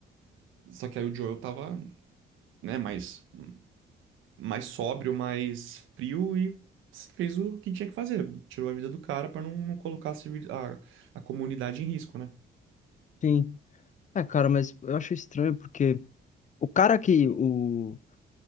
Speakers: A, on the right (about 80°); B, on the left (about 40°).
A: Só que aí o Joel tava, né, mais, mais sóbrio, mais frio e fez o que tinha que fazer. Tirou a vida do cara pra não, não colocar a, civil- a a comunidade em risco, né?
B: Sim. Ah, cara, mas eu acho estranho porque. O cara que. O,